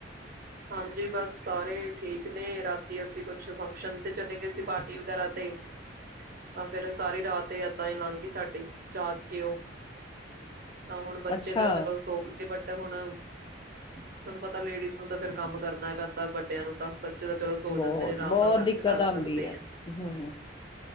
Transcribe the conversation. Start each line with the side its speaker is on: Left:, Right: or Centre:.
Right: ਹਾਂਜੀ ਬਸ ਸਾਰੇ ਠੀਕ ਨੇ ਰਾਤੀ ਅਸੀਂ ਕੁਛ ਫੰਕਸ਼ਨ ਤੇ ਚਲੇ ਗਏ ਸੀ ਪਾਰਟੀ ਵਗੈਰਾ ਤੇ ਤਾਂ ਫੇਰ ਏ ਸਾਰੀ ਰਾਤ ਤੇ ਏਦਾਂ ਲੰਘ ਗ ਸਾਡੀ ਜਾਗ ਕੇ ਉਹ ਤਾਂ ਹੁਣ ਬੱਚੇ
Left: ਅੱਛਾ,
Right: ਤਾਂ ਚਲੋ ਸ਼ੋਕ ਤੇ ਵੱਡੇ ਤੇ ਹੁਣ ਤੁਹਾਨੂੰ ਪਤਾ ਲੇਡੀਜ਼ ਨੂੰ ਤਾਂ ਫੇਰ ਕੰਮ ਕਰਨਾ ਪੈਂਦਾ ਵੱਡਿਆਂ ਨੂੰ ਤਾਂ ਬੱਚੇ ਤਾਂ ਚਲੋ ਸੋ
Left: ਬਹੁਤ
Right: ਜਾਂਦੇ ਨੇ ਆਰਾਮ
Left: ਬਹੁਤ
Right: ਨਾਲ ਰੈਸਟ
Left: ਦਿੱਕਤ
Right: ਕਰ
Left: ਆਉਂਦੀ
Right: ਸਕਦੇ
Left: ਹੈ, ਹੂ,